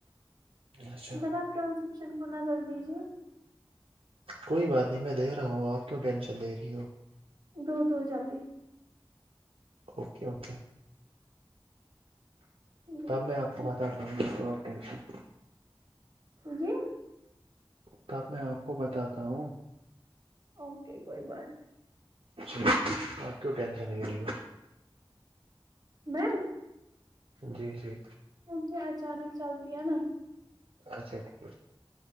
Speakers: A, on the right; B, on the right.
A: اچھا
B: جناابن کچن کو نظر دیجیے
A: کوئی بات نہیں میں دے رہا ہوں آپ کیوں ٹینشن لے رہی ہو
B: دو دو جلدی
A: اوکے اوکے
B: جی
A: تب میں آپ کو بات <unintelligible>
B: جی
A: تب میں آپ کو بتاتا ہوں
B: اوکے کوئی بات
A: اچھا <unintelligible> کیوں ٹینشن لے رہی ہو
B: میں
A: جی جی
B: کیونکہ اچانک چلتی ہے نا
A: اچھا ٹھیک